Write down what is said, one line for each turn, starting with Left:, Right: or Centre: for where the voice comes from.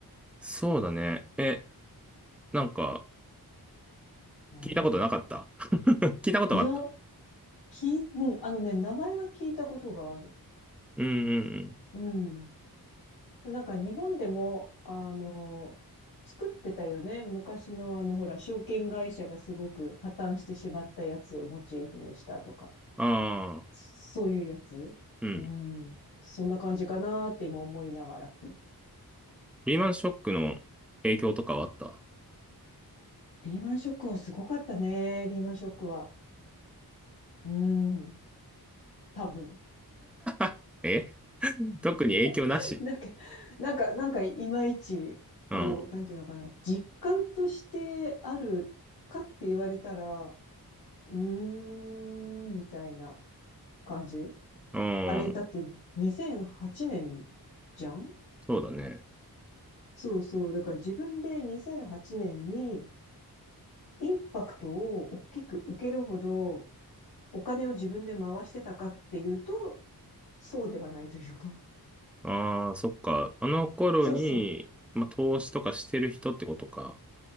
Centre: そうだね。え、なんか、
Left: なるほど。
Centre: 聞いたことなかった <laughs> 聞いたことがあった。
Left: いや、き、うん、あのね、名前は聞いたことがある。
Centre: うんうん
Left: うん。なんか日本でも、あの、作ってたよね。昔のあの、ほら、証券会社がすごく破綻してしまったやつをモチーフにしたとか、
Centre: うん。ああ、
Left: そういうやつ。
Centre: うん。
Left: うん。そんな感じかなって今思いながら聞いて。
Centre: リーマンショックの影響とかはあった
Left: リーマンショックはすごかったね。リーマンショックは。うん。多分。
Centre: <laughs> え特に影響なし。
Left: <laughs> なんか、なんか、なんか、いまいち、
Centre: うん。
Left: こう、なんていうのかな。実感としてあるかって言われたら、うーん、みたいな。感じ
Centre: うん。
Left: あれ、だって2008年じゃん
Centre: そうだね。
Left: そうそう。だから自分で2008年にインパクトを大きく受けるほどお金を自分で回してたかっていうと、そうではないというか。
Centre: ああ、そっか。あの頃に、
Left: <laughs> そうそう。
Centre: まあ、投資とかしてる人ってことか。